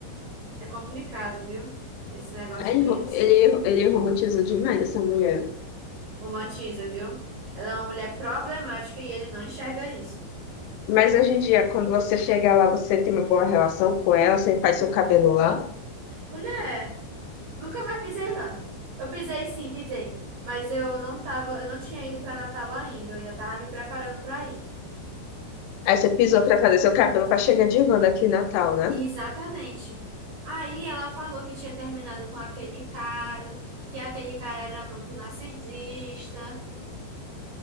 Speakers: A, on the right; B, on the left.
A: é complicado, viu? Esse negócio
B: Aí
A: deles.
B: Ele, ro- ele, ele romantizou demais essa mulher.
A: Romantiza, viu? Ela é uma mulher problemática e ele não enxerga isso.
B: Mas hoje em dia, quando você chega lá, você tem uma boa relação com ela, você faz seu cabelo lá.
A: Mulher, Nunca mais pisei lá. Eu pisei sim, pisei. Mas eu não tava, eu não tinha ido para Natal ainda, eu ainda tava me preparando para ir.
B: Aí você pisou pra fazer seu cabelo pra chegar de Wanda aqui em Natal, né?
A: Exatamente. Aí ela falou que tinha terminado com aquele cara, que aquele cara era muito narcisista,